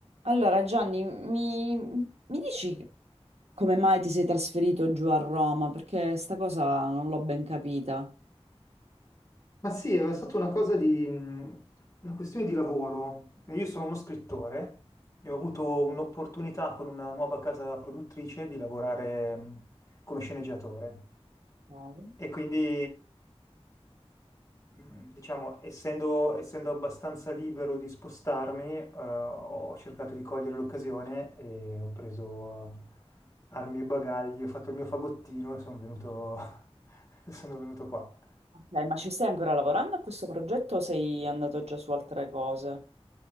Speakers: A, on the right (about 75°); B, on the left (about 30°).
A: Allora, Gianni, mi, mi dici come mai ti sei trasferito giù a Roma? Perché sta cosa non l'ho ben capita.
B: Ma sì, è stata una cosa di, mh, una questione di lavoro. Eh, Io sono uno scrittore e ho avuto un'opportunità con una nuova casa produttrice di lavorare mh, come sceneggiatore.
A: Ok.
B: E quindi, mh, diciamo, essendo, essendo abbastanza libero di spostarmi, eh, ho cercato di cogliere l'occasione e ho preso armi e bagagli, ho fatto il mio fagottino e sono venuto, <laughs> sono venuto qua.
A: Ok, ma ci stai ancora lavorando a questo progetto o sei andato già su altre cose?